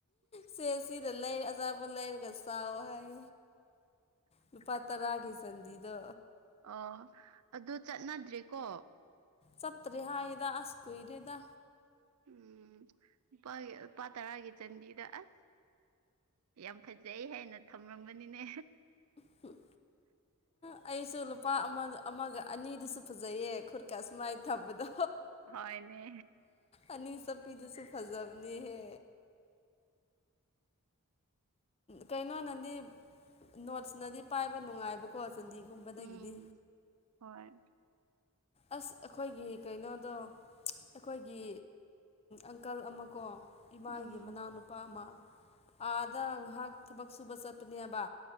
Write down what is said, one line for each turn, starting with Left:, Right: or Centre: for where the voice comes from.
Left: ꯁꯦ ꯁꯤꯗ ꯂꯩ ꯑꯆꯥꯥꯄꯣꯠ ꯂꯩꯔꯒ ꯇꯥꯎꯍꯥꯏ ꯅꯨꯄꯥ ꯇꯔꯥꯒꯤ ꯆꯟꯗꯤꯗꯣ
Right: ꯑꯣ ꯑꯗꯨ ꯆꯠꯅꯗ꯭ꯔꯦꯀꯣ
Left: ꯁꯠꯇ꯭ꯔꯦ ꯍꯥꯏꯌꯦꯗ ꯑꯁ ꯀꯨꯏꯔꯦꯗ
Right: ꯎꯝ ꯂꯨꯄꯥꯒꯤ ꯂꯨꯄꯥ ꯇꯔꯥꯒꯤ ꯆꯟꯗꯤꯗ ꯑꯁ ꯌꯥꯝ ꯐꯖꯩ ꯍꯥꯏꯅ ꯊꯝꯔꯥꯝꯕꯅꯤꯅꯦ
Left: <inaudible> ꯎ ꯑꯩꯁꯨ ꯂꯨꯄꯥ ꯑꯃ ꯑꯃꯒ ꯑꯅꯤꯗꯨꯁꯨ ꯐꯖꯩꯌꯦ ꯈꯨꯠꯀꯥ ꯑꯁꯨꯃꯥꯏꯅ ꯊꯝꯕꯗꯣ
Right: ꯍꯣꯏꯅꯦ
Left: ꯑꯅꯤ ꯆꯠꯄꯤꯗꯨꯁꯨ ꯐꯖꯕꯅꯤꯍꯦ ꯀꯩꯅꯣꯅꯗꯤ ꯅꯣꯠꯁꯅꯗꯤ ꯄꯥꯏꯕ ꯅꯨꯡꯉꯥꯏꯕꯀꯣ ꯆꯟꯗꯤꯒꯨꯝꯕꯗꯒꯤꯗꯤ
Right: ꯎꯝ ꯍꯣꯏ
Left: ꯑꯁ ꯑꯩꯈꯣꯏꯒꯤ ꯀꯩꯅꯣꯗꯣ ꯑꯩꯈꯣꯏꯒꯤ ꯑꯪꯀꯜ ꯑꯃꯀꯣ ꯏꯃꯥꯒꯤ
Right: ꯎꯝ
Left: ꯃꯅꯥꯎꯅꯨꯄꯥ ꯑꯃ ꯑꯥꯗ ꯉꯥꯏꯍꯥꯛ ꯊꯕꯛ ꯁꯨꯕ ꯆꯠꯄꯅꯦꯕ